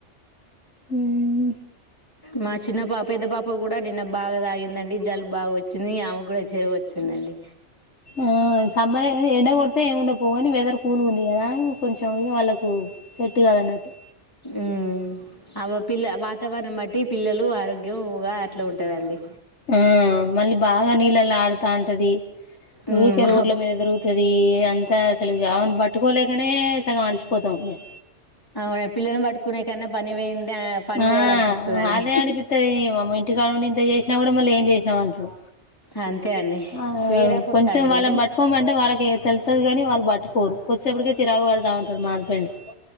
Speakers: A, on the left; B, on the left.
A: ఉమ్
B: మా చిన్న పాప పెద్ద పాప కూడా నిన్న బాగా తాగిందండి జలుబ్ బాగా వచ్చింది ఆమె కూడా జరాం వచ్చిందండి
A: ఆ సమ్మర్ ఎండ కొడితే ఏముండపోగాని వెదర్ కూల్ ఉంది కదా కొంచెం ఇగ వాళ్ళలకు సెట్ కాదన్నట్టు
B: ఉమ్ అమే పిల్ల వాతావరణం బట్టి. పిల్లలు ఆరోగ్యంగా అట్లా ఉంటదండి.
A: ఆ మళ్ళీ బాగా నీళ్ళలా ఆడుతాంటది.
B: ఉమ్
A: ఊకే
B: మా
A: రోడ్ల మీద తిరుగుతది అంతా. అసలు ఇగ అమేను పట్టుకోలేకనే సగం అలిసిపోతాం మేం
B: అవును పిల్లను పటుకునే కన్నా పనికి పోయింది. పని
A: ఆ
B: పోవాలనిపిస్తదండి
A: అదే అనిపిత్తది వామ్మో ఇంటికాడండి ఇంత చేసినా కూడా మళ్ళీ ఏం చేసినవ్ అంటారు.
B: అంతే అండి
A: ఆ
B: వేరా పొత్తా
A: కొంచెం
B: అండి
A: వాళ్ళని
B: మీరు
A: పట్టుకోమంటే వాళ్ళకి తెలుతది కాని వాళ్ళు పట్టుకోరు కొసేపటికే చిరాకు పడుతావు <unintelligible>